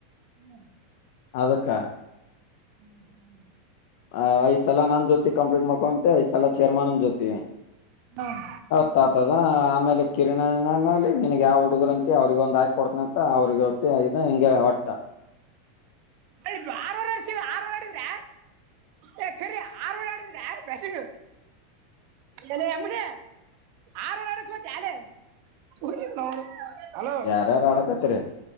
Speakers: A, on the right; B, on the left.
A: ಹ್ಮ.
B: ಅದಕ್ಕ.
A: ಹ್ಮ್ ಹ್ಮ್.
B: ಆ ಐದ್ ಸಲಾ ನನ್ ಜೊತಿ ಕಂಪ್ಲೀಟ್ ಮಾಡ್ಕೊಳಂತೆ ಐದ್ ಸಲಾ ಚೇರ್ಮನನ್ ಜೊತಿ.
A: ಹಾಂ
B: ಹತ್ತಾತದಾ ಆಮೇಲೆ ಕಿರಣ್ಯಾನಾಲಿ ನಿನಗ ಯಾವ ಹುಡುಗರಂತಿ ಅವ್ರಗೊನ್. ದಾಕಿ ಕೊಡ್ತನಂತ ಅವ್ರ ಜೊತಿ ಐದ್ ಹಿಂಗೆ ಒಟ್ಟ.
A: ಆವ ಆರವಡಿದ್ರೆ. ಏ ಖರಿ ಆರ್ ಬರೇ ಆಡಿದ್ರ್ಯಾ ಬ್ಯಾಟಿಂಗ್. ಏ ಲೆ ಯೇಮುನಿ ಆರ್ ಬರೇ ಆಡಿ ಸೋತ್ಯಾ ಲೇ ತು ನಿನ್ನೌನ್. ಹಲೋ
B: ಯಾರ್ಯಾರು ಆಡಕತ್ತರಿ